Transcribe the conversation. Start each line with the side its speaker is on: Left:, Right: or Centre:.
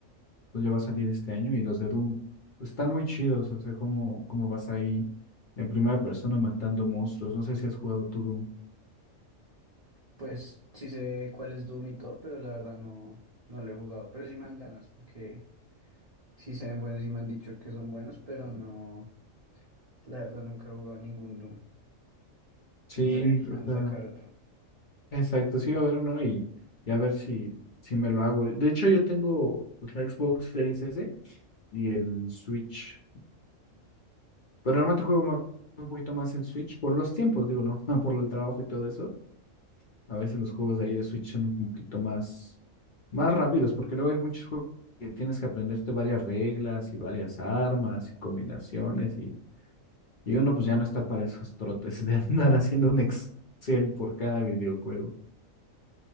Left: Pues ya va a salir este año y los de Doom pues, están muy chidos. O sea, cómo, cómo vas ahí en primera persona matando monstruos. No sé si has jugado tú Doom.
Right: Pues sí sé cuál es Doom y todo, pero la verdad no, no lo he jugado. Pero sí me dan ganas porque sí se ven buenos y me han dicho que son buenos, pero no, la verdad nunca he jugado ningún Doom
Left: Sí,
Right: y no sabía que
Left: o
Right: iban
Left: sea,
Right: a sacar otro.
Left: exacto, sí va a haber uno y, y a ver si, si me lo hago. De hecho, yo tengo pues, la Xbox Series S y el Switch. Pero normalmente juego más- un poquito más el Switch por los tiempos, digo, no, <laughs> por el trabajo y todo eso. A veces los juegos de ahí de Switch son un poquito más, más rápidos, porque luego hay muchos juegos que tienes que aprenderte varias reglas y varias armas y combinaciones y, y uno pues ya no está para esos trotes de <laughs> andar haciendo un Excel por cada videojuego.